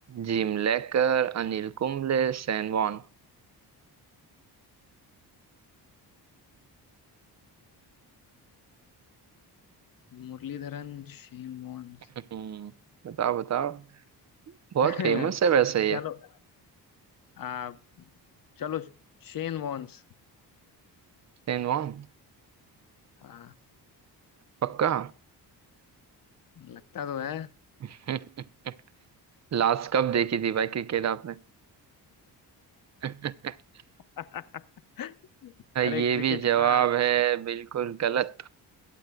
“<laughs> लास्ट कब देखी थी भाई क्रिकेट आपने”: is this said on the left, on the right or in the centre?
Right